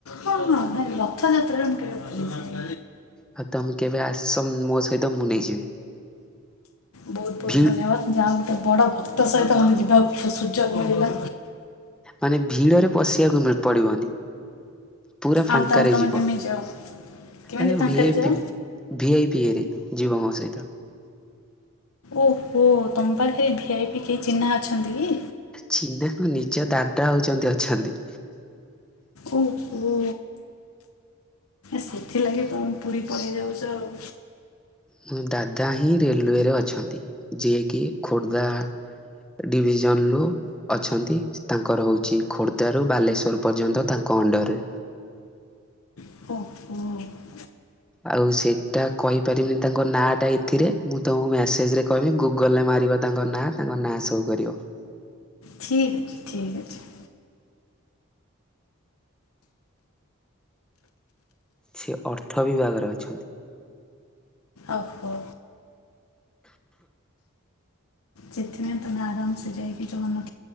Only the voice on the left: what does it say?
ହଁ ହଁ ରଥଯାତ୍ରା ରେ ମୁ କେବେ <unintelligible> <unintelligible>
ବହୁତ ବହୁତ
ଧନ୍ୟବାଦ ଯାହା ଗୋଟେ ବଡ ଭକ୍ତ ସହିତ ମୋତେ ଯିବାକୁ ସୁଯୋଗ ମିଳିବା।
ଆଉ ତାହେଲେ ତମେ
କେମିତି ଯାଅ କେମିତି
ଫାଙ୍କାରେ
ଯାଅ
ଓହୋ ତମ ପାଖରେ ଭିଆଇ ପି କେହି ଚିହ୍ନା ଅଛନ୍ତି କି?
ଓ ଓ ସେଥିଲାଗି ତମେ ପୁରୀ ପୁଣି ଯାଉଛ ଆଉ।
ଓହୋ।
ଠିକ୍ ଅଛି ଠିକ୍ ଅଛି।
ଓୋହୋ। ସେଥିପାଇଁ ତମେ ଆରାମ ସେ ଯାଇକି ଚଳନ